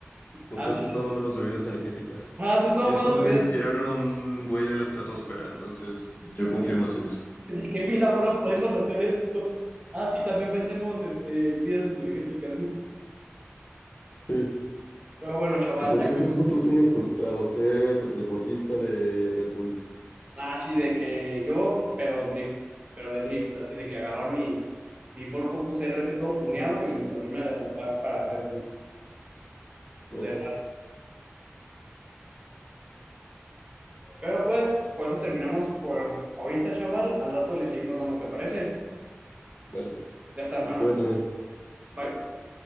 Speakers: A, on the left; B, on the right.
A: porque
B: Así,
A: hacen todo menos bebidas energéticas.
B: hacen todas
A: Esos
B: las bebidas
A: güeyes tiraron a un güey de la estratosfera, entonces
B: <laughs>
A: yo confío más en eso.
B: de que mira, bro, podemos hacer esto. Ah, sí, también vendemos este, bebidas energéticas.
A: Sí,
B: Pero bueno, chaval,
A: que por
B: ya
A: cierto
B: con...
A: ese es otro sueño frustrado, ser deportista de Red Bull.
B: Nada, así de que yo, pero drift, pero de drift, así de que agarrar mi, mi Ford Focus R RS todo tuneado y ponerme a derrapar para Red Bull. o
A: Ajá.
B: de- Pero pues, con eso terminamos por ahorita, chaval. Al rato le seguimos dando, ¿te parece?
A: Vale,
B: Ya está, hermano,
A: recupérate,
B: nos vemos.
A: bro.
B: Bye.